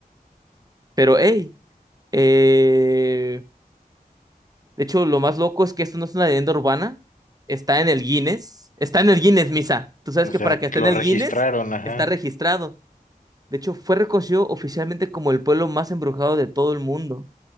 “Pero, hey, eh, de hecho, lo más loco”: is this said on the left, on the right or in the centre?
Right